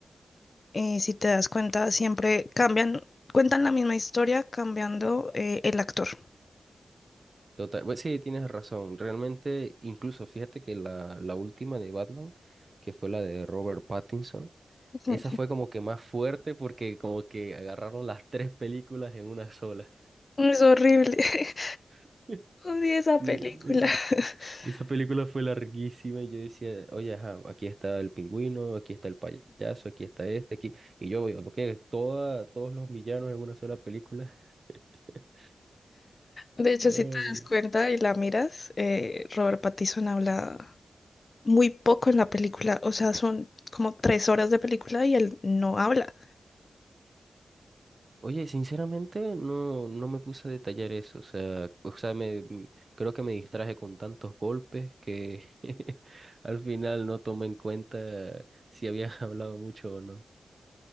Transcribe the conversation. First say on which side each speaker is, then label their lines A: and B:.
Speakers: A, on the left; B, on the right.
A: eh, si te das cuenta, siempre cambian, cuentan la misma historia cambiando eh, el actor.
B: Total, pues sí, tienes razón. Realmente, incluso fíjate que la, la última de Batman, que fue la de Robert Pattinson,
A: <laughs>
B: Esa fue como que más fuerte porque como que agarraron las tres películas en una sola.
A: Es horrible. <laughs>
B: <laughs>
A: Odio esa
B: Sí,
A: película.
B: eh,
A: <laughs>
B: esa película fue larguísima y yo decía, oye, ajá, aquí está el pingüino, aquí está el payaso, aquí está este, aquí. Y yo, porque toda, todos los villanos en una sola película. <laughs>
A: De hecho,
B: Ay,
A: si te das cuenta y la miras, eh, Robert Pattinson habla muy poco en la película. O sea, son como tres horas de película y él no habla.
B: Oye, sinceramente no, no me puse a detallar eso, o sea, o sea, me, m- creo que me distraje con tantos golpes que <laughs> al final no tomé en cuenta si había <laughs> hablado mucho o no.